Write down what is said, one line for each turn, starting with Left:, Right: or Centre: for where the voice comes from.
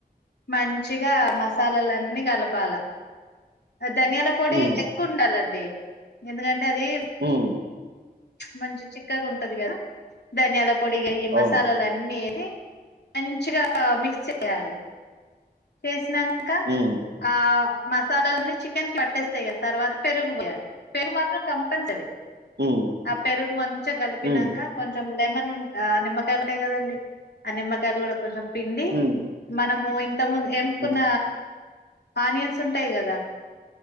Left: మంచిగా మసాలాలన్నీ కలపాల ధనియాల పొడి
Right: హ్మ్.
Left: ఎక్కువ ఉండాలండి ఎందుకంటే అది
Right: హ్మ్
Left: మంచి చిక్కగా ఉంటది కదా ధానియాల పొడిగ ఈ మసాలాలన్ని
Right: అవును.
Left: ఏ అన్ మంచిగా మిక్స్ చేయాలి చేసినాం కా
Right: హ్మ్.
Left: ఆ మసాలాలన్నీ చికెన్ కి పట్టేస్తాయి కదా, తర్వాత పెరుగు పోయాలి పెరుగు మాత్రం కంపల్సరీ.
Right: హ్మ్.
Left: ఆ పెరుగు మంచిగా కలిపినంక
Right: హ్మ్.
Left: కొంచెం లేమన్ ఉం ఆ నిమ్మకాయలు ఉంటాయి కదండి. ఆ నిమ్మకాయలు కూడా కొంచెం పిండి
Right: హ్మ్.
Left: మనం మోయ్ ఇంతకు ముందు ఎంపున
Right: హ్మ్.
Left: ఆనియన్స్ ఉంటాయి కదా